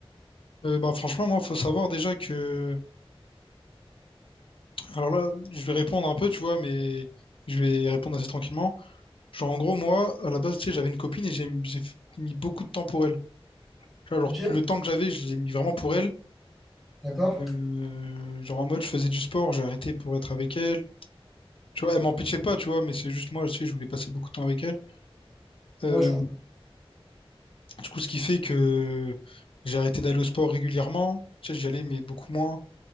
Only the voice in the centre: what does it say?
Ok.
D'accord?
Ouais, je comprends.